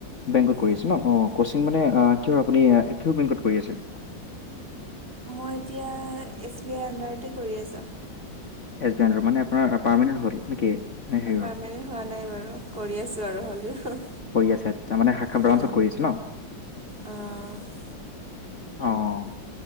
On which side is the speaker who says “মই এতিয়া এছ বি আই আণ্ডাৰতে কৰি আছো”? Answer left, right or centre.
Right